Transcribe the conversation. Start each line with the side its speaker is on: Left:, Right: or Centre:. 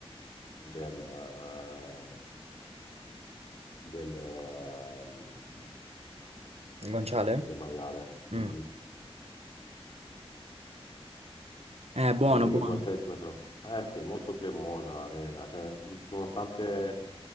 Left: del, eh, del, eh,
Right: il guanciale?
Left: del maiale. Mm,
Right: Mm.
Left: mm.
Right: È buono,
Left: Invece
Right: buono.
Left: che i guanciale ti mettono... Eh sì, è molto cremosa la lega, cioè, mm, nonostante